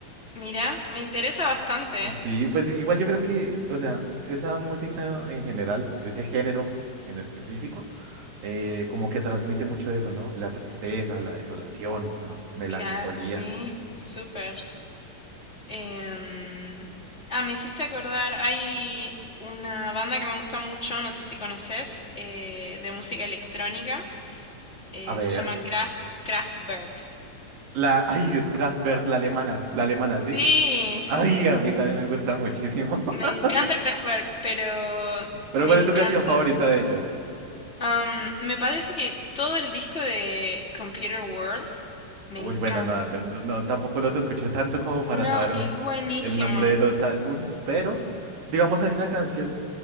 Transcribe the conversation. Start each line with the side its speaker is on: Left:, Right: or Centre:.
Left: mira, me interesa bastante.
Right: Sí, pues igual yo creo que, o sea, esa música en general, ese género en específico, eh, como que transmite mucho eso, ¿no? La tristeza, la desolación, la melancolía.
Left: Claro, sí, súper. Em, ah, me hiciste acordar, hay una banda que me gusta mucho, no sé si conoces, eh, de música electrónica, eh,
Right: A ver,
Left: se llama Kraft- Kraftwerk.
Right: la, ay, es Kraftwerk, la alemana, la alemana, ¿sí?
Left: Sí,
Right: Ay, a mí también me gusta muchísimo. <laughs>
Left: me encanta Kraftwerk, pero
Right: Pero
Left: me
Right: ¿cuál
Left: encanta.
Right: es tu canción favorita de ellos?
Left: Am, me parece que todo el disco de Computer World me
Right: Uy,
Left: encanta.
Right: bueno, no, yo no, no, tampoco los escuché tanto como para
Left: No,
Right: saberme
Left: es buenísimo.
Right: el nombre de los álbums, pero digamos hay una canción